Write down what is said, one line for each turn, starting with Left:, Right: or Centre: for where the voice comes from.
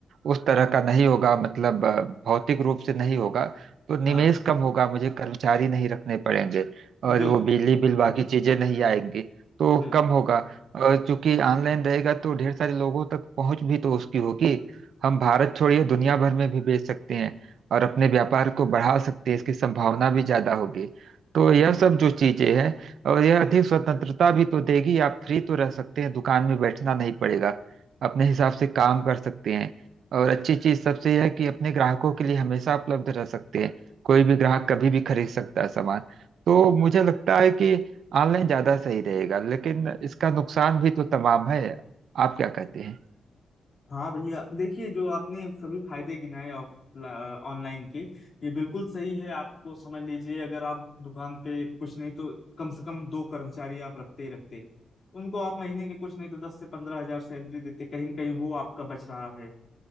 Right: उस तरह का नहीं होगा मतलब अ, भौतिक रूप से नहीं होगा तो
Left: हाँ
Right: निवेश कम होगा मुझे कर्मचारी नहीं रखने पड़ेंगे और
Left: बिल्कुल
Right: वो बिजली बिल बाकी चीजें नहीं आएंगी तो
Left: बिल्कुल
Right: कम होगा और चूंकि ऑनलाइन रहेगा तो ढेर सारे लोगों तक पहुंच भी तो उसकी होगी हम भारत छोड़िए दुनिया भर में भी बेच सकते हैं और अपने व्यापार को बढ़ा सकते हैं इसकी संभावना भी ज्यादा होगी तो यह सब जो चीजें हैं और यह अधिक स्वतंत्रता भी तो देगी आप फ्री तो रह सकते हैं दुकान में बैठना नहीं पड़ेगा अपने हिसाब से काम कर सकते हैं और अच्छी चीज सबसे यह है कि अपने ग्राहकों के लिए हमेशा उपलब्ध रह सकते हैं कोई भी ग्राहक कभी भी खरीद सकता है सामान तो मुझे लगता है कि ऑनलाइन ज्यादा सही रहेगा लेकिन इसका नुकसान भी तो तमाम है आप क्या कहते हैं
Left: हाँ भैया देखिए जो आपने सभी फायदे गिनाए ऑफ ऑनलाइन के ये बिल्कुल सही है आपको समझ लीजिए अगर आप दुकान पे कुछ नहीं तो कम से कम दो कर्मचारी आप रखते ही रखते उनको आप महीने के कुछ नहीं तो दस से पंद्रह हजार सैलरी देते कहीं न कहीं वो आपका बच रहा है